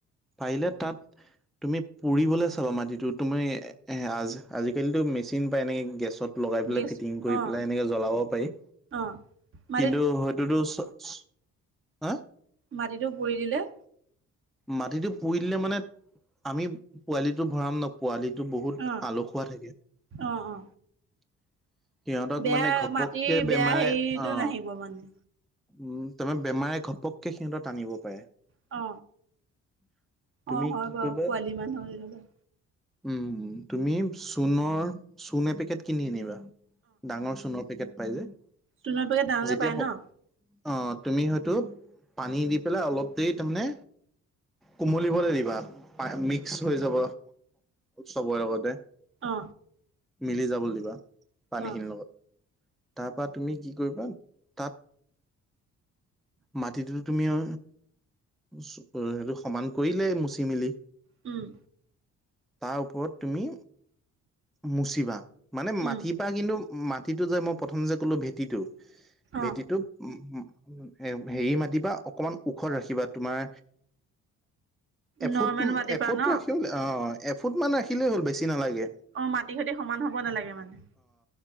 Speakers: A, in the centre; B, on the right (about 45°).
A: পাৰিলে তাত তুমি পুৰিবলে চাবা মাটিতো তুমি এ আজ আজিকালিতো মেচিন পাই এনেকে গেছত লগাই পেলাই
B: গেছ
A: ফিটিং কৰি
B: অ
A: পেলাই এনেকে জ্বলাব পাৰি।
B: অ মাটিত
A: কিন্তু হটোত চ চ হা
B: মাটিতো পৰি দিলে।
A: মাটিটো পুৰি দিলে মানে আমি পোৱালিটো ভৰাম ন পোৱালিত টো বহুত
B: অ
A: আলসুৱা থাকে।
B: অ অ
A: সিহঁতক
B: বেয়া
A: মানে ঘপককে
B: মাটিৰ বেয়া
A: বেমাৰে
B: হেৰিটো
A: অ।
B: নাহিব মানে
A: উম তামে বেমাৰে ঘপককে সিহঁতক টানিব পাৰে।
B: অ।
A: <unintelligible>
B: অ হয়
A: কি
B: বাৰু
A: কৰিবা
B: পোৱালি মানুহ তেনকা
A: উম তুমি চূণৰ চূণ এপেকেট কিনি আনিবা। ডাঙৰ চূণৰ পেকেট পাই যে
B: চূণৰ পেকেট ডাঙৰকে
A: যেতিয়া
B: পাই ন?
A: অ তুমি হয়তো পানী দি পেলাই অলপ দেৰি তামানে কোমলিবলে দিবা পা মিক্স হৈ যাব চবৰে লগতে।
B: অ।
A: মিলি যাবলে দিবা পানীখিনিৰ
B: অ
A: লগত। তাপা তুমি কি কৰিবা তাত মাটিটোতো তুমি অ সেইটো সমান কৰিলেই মুচি মেলি।
B: উম!
A: তাৰ ওপৰত তুমি মুচিবা মানে মাটিৰ
B: উম
A: পা কিন্তু মাটিটো যে মই প্ৰথম যে ক'লো ভেটিটো
B: অ
A: ভেটিটো উম উব এ হেৰি মাতিবা অকমান ওখত ৰাখিবা তোমাৰ এফুট
B: নৰ্মেল মাটিৰ
A: এফুট
B: পৰা ন
A: ৰাখি অ এফুট মান ৰাখিলেই হ'ল বেছি নালাগে।
B: অ মাটি সৈতি সমান হব নালাগে মানে।